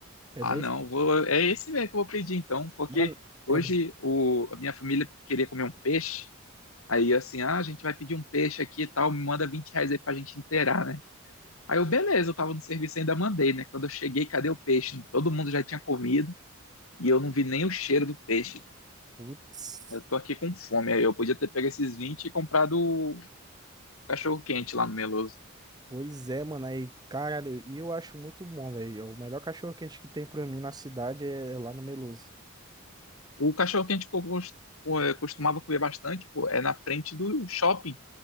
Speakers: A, on the right; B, on the left.
A: é
B: Ah,
A: dez
B: não, vou, é esse mesmo que eu vou pedir, então, porque
A: Mano,
B: hoje
A: é.
B: o, a minha família queria comer um peixe. Aí, assim, ah, a gente vai pedir um peixe aqui e tal, me manda 20 reais aí pra gente inteirar, né? Aí eu, beleza, eu tava no serviço e ainda mandei, né? Quando eu cheguei, cadê o peixe? Todo mundo já tinha comido e eu não vi nem o cheiro do peixe.
A: Putz.
B: Eu tô aqui com fome. aí Eu podia ter pego esses 20 e comprado o cachorro-quente lá no Meloso.
A: Pois é, mano, aí, cara, e eu acho muito bom, velho. O melhor cachorro quente que tem pra mim na cidade é é lá no Meloso.
B: O cachorro-quente que eu cos- pô, costumava comer bastante, pô, é na frente do shopping.